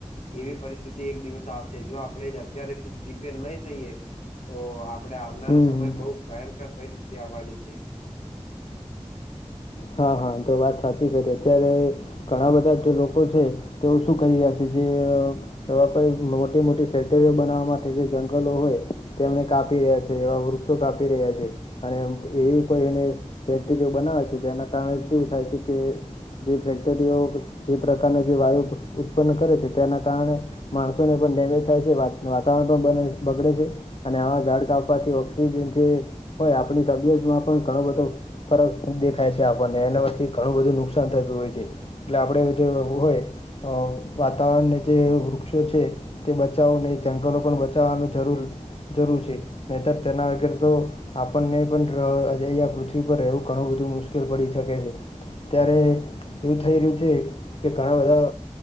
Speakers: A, on the left; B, on the left.
A: એવી પરિસ્થિતિ એક દિવસ આવશે. જો આપણે જ અત્યારેથી નહીં થઈએ, તો આપ પણે આવનારા
B: હમ
A: સમય
B: હમ.
A: બહુ ભયંકર પરિસ્થિતિ આવવાની છે.
B: હા, હા. એ તો સાચી કરી. અત્યારે ઘણા બધા જે લોકો છે, તેઓ શું કરી રહ્યા છે, જે અહ એવા કોઈ મોટી-મોટી ફેક્ટરીઓ બનાવવા માટે જે જંગલો હોય તેમને કાપી રહ્યા છે, એવા વૃક્ષો કાપી રહ્યા છે. અને એવી કોઈ એને ફેક્ટરીઓ બનાવે છે, તેના કારણે કેવું થાય છે કે જે ફેક્ટરીઓ, જે પ્રકારનો જે વાયુ ઉત્પન્ન કરે છે, તેના કારણે માણસોને પણ ડેમેજ થાય છે, વાત વાતાવરણ પણ બન બગડે છે. અને આવા ઝાડ કાપવાથી ઓક્સિજન જે હોય, આપણી તબિયતમાં પણ ઘણો બધો ફરક દેખાય છે આપણને. એનામાંથી ઘણું બધું નુકસાન થતું હોય છે. એટલે આપણે જેવું હોય અહ વાતાવરણને જે વૃક્ષો છે તે બચાવોને જંગલો પણ બચાવવાનું જરૂર-જરૂર છે. નહીંતર તેના વગર તો આપણને પણ <unintelligible> પૃથ્વી પર રહેવું ઘણું બધું મુશ્ કેલ પડી શકે છે. ત્યારે એવું થઈ રહ્યું છે, કે ઘણા બધા